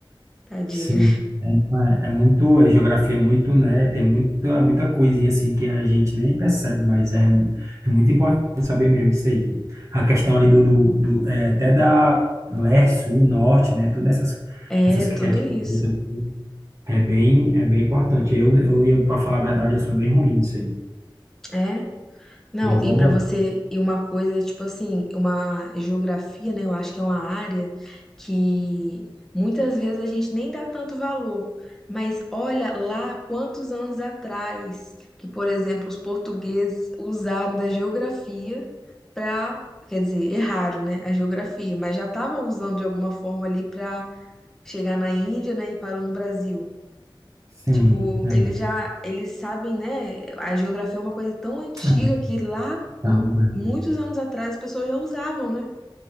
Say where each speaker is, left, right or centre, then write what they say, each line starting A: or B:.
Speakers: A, in the centre; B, on the right.
A: tadinho.
B: Sim. É, não é é muito, a geografia é muito, né? Tem muita, muita coisinha assim que a gente nem percebe, mas é, mu- é muito importante saber mesmo disso aí. A questão ali do, do, do, é, até da leste, sul, norte, né? Todas essas,
A: É,
B: essas questões
A: tudo isso.
B: também é bem, é bem importante. Eu, eu, eu para falar a verdade, eu sou bem ruim nisso aí.
A: É. Não,
B: Mas
A: e
B: é bom.
A: para você, e uma coisa, tipo assim, uma geografia, né? Eu acho que é uma área que muitas vezes a gente nem dá tanto valor. Mas olha lá quantos anos atrás que, por exemplo, os portugueses usaram da geografia para, quer dizer, erraram, né, a geografia, mas já estavam usando de alguma forma ali para chegar na Índia, né, e parou no Brasil.
B: Sim,
A: Tipo,
B: é,
A: eles já, eles sabem, né? A geografia é uma coisa tão antiga
B: é,
A: que lá,
B: então,
A: hum,
B: é,
A: muitos anos atrás, as pessoas já usavam, né?